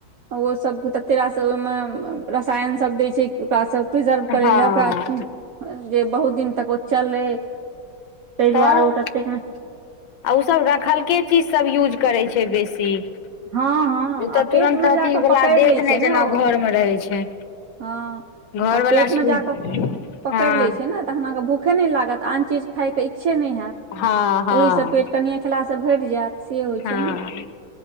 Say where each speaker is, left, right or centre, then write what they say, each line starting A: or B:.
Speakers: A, on the right; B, on the left.
A: ओ सब ते तले रास ओइ मे रसायन सब दै छै ओकासँ प्रिजर्व करै
B: हँ
A: लए ओकरा जे बहुत दिन तक ओ चलै ताहि
B: तऽ
A: दुआरे ओ ततेक नै
B: आ ओ सब रखलके चीज सब यूज करै छै बेसी ओ
A: हँ हँ आ
B: तऽ
A: पेट
B: तुरन्त
A: मे जाकऽ
B: अथीवला
A: पकड़ि
B: देत
A: लै छै
B: नय
A: ने
B: जेना
A: ओ
B: घरमे रहै छै
A: हँ
B: घरवला
A: आ पेट
B: सु
A: मे
B: हँ
A: जाकऽ पकड़ि लै
B: <inaudible>
A: छै तखन अहां के भूखे नै लागत आन चीज खाई के इच्छे नै हालत
B: हँ हँ
A: ओहो से पेट कनिये खेला से भैर जायत से होइ
B: हँ
A: छै ने